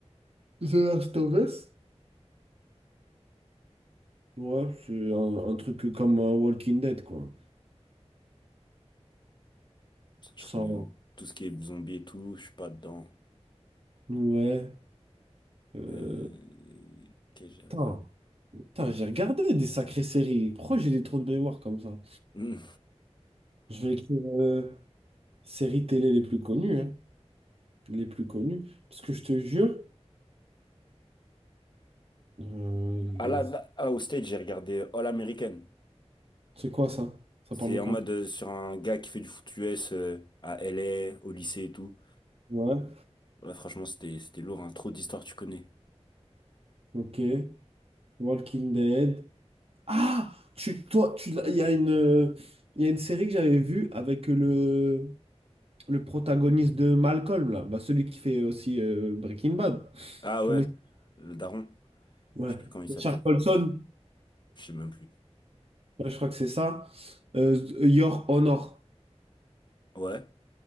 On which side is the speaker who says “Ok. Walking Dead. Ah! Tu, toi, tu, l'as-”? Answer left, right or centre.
Right